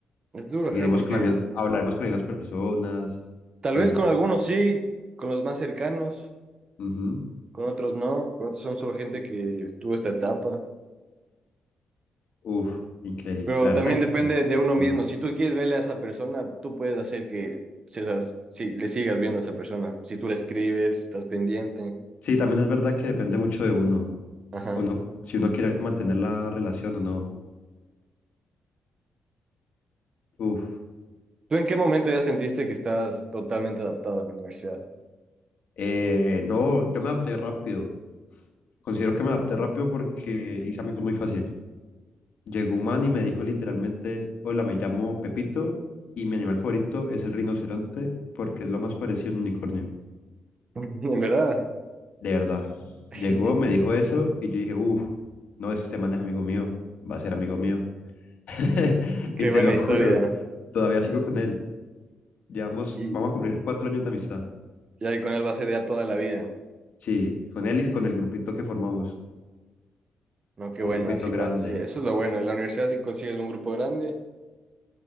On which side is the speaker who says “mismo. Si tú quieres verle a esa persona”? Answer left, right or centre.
Right